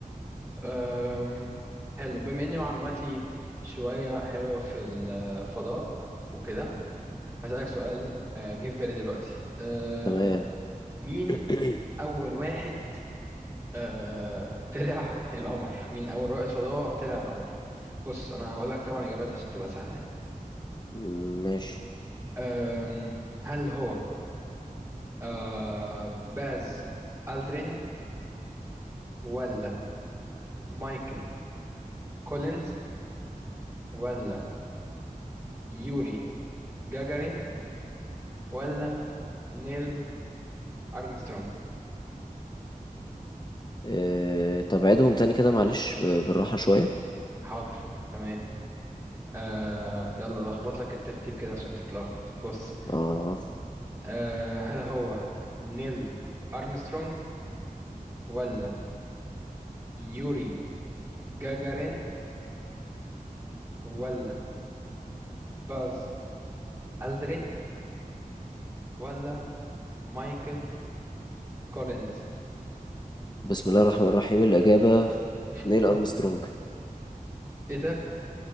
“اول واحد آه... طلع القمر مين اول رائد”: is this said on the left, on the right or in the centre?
Right